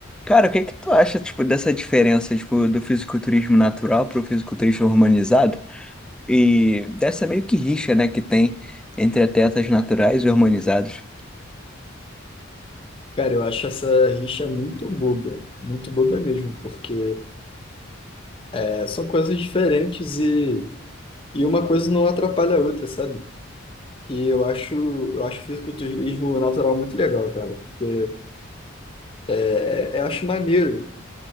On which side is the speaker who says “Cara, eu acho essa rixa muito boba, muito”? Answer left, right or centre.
Left